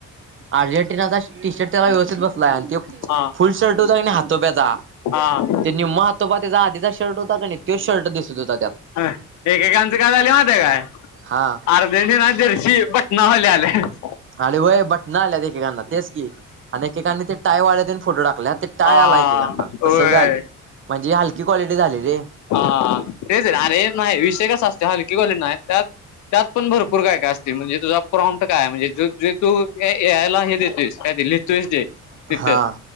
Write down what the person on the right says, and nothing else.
अर्जेंटिनाचा टी शर्ट त्याला व्यवस्थित बसलाय, आणि त्यो
फुल शर्ट होता कणी हातोप्याचा
ते निम्मा हातोपा त्याचा आधीचा शर्ट होता का नाही, तोच शर्ट दिसत होता त्यात.
हा
आणि व्हय बटन आल्यात, एकेकांना तेच की आणि एकेकांनी ते टायवाल्या तेन फोटो टाकल्यात. टाय
आलाय एकेकाना,
तसबी आलय, म्हणजे हलकी क्वालिटी झाली रे.
हा.